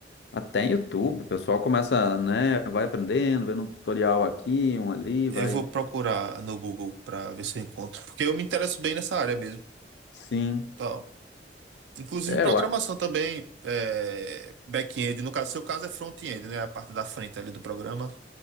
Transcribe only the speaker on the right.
Eu vou procurar no Google para ver se eu encontro, porque eu me interesso bem nessa área mesmo,
tal. Inclusive
programação
também, é, back-end, no caso, seu caso é front-end, né? A parte da frente ali do programa.